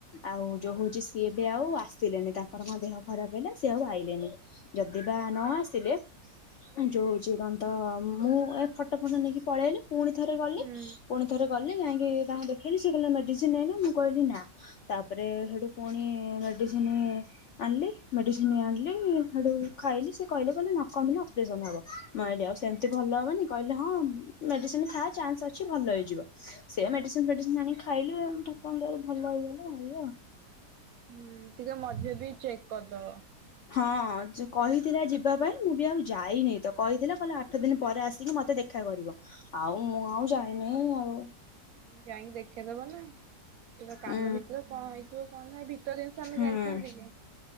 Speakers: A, on the left; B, on the right.
A: ଆଉ ଜୋଉ ହୁଉଛି। ସିଏ ଏବେ ଆଉ ଆସିଲେନି ତାଙ୍କର କଁ ଦେହ ଖରାପ ହେଲା ସିଏ ଆଉ ଆଇଲେନି ଯଦି ବା ନ ଆସିଲେ। ଯୋଉ ହଉଛି କଣ ତ ମୁଁ ଏ ଫଟ ଫଟ ନେଇକି ‌। ପଳେଇଲି ପୁଣି ଥରେ ଗଲି
B: ହୁଁ
A: ପୁଣି ଥରେ ଗଲି। ଗଲି ଯାଇଁକି ତାଙ୍କୁ ଦେଖେଇଲି ସେ କହିଲେ ମେଡିସିନ ନେଇନ ମୁଁ କହିଲି ନା ତାପରେ ହେଠୁ। ପୁଣି ମେଡିସିନ ଆଣିଲି ମେଡିସିନ ଆଣିଲି ହେଟୁ ଖାଇଲି ସେ କହିଲେ କହିଲେ। ନ କମିଲେ ଅପରେସନ ହବ ମୁଁ ଆଇଲି ଆଉ ସେମିତି
B: ହୁଁ।
A: ଭଲ ହବନି କହିଲେ। କହିଲେ ହଁ ମେଡିସିନ ଖା ଚାନ୍ସ ଅଛି ଭଲ ହେଇଯିବ ସେ ମେଡିସିନ ଫେଡିସିନ ଆଣି ଖାଇଲି ଠାକୁ କୁରଙ୍କ ଦୟା ରୁ ଭଲ ହେଇଗଲା ଏଇଆ।
B: ହୁଁ ଟିକେ ମଝୀରେ ବି ଚେକ୍ କରିଦବ।
A: ହଁ ଜ କହିଥିଲା ଯିବା ପାଇଁ ମୁଁ ବି ଆଉ ଯାଇନି ତ କହିଥିଲା କହିଲା ଆଠ ଦିନ ପରେ ଆସିକି ମତେ ଦେଖ ଦେଖା କରିବ ଆଉ ମୁଁ ଆଉ ଯାଇନି ଆଉ।
B: ହୁଁ ଯାଇଁକି ଦେଖେଇଦବ ନା। ତୁମ କାନ
A: ଉଁ
B: ଭିତର କଣ ହେଇଥିବ କଣ ନାହିଁ ଭିତର ଜିନିଷ ଆମେ
A: ହୁଁ।
B: ଜାଣିଛନ୍ତି କି।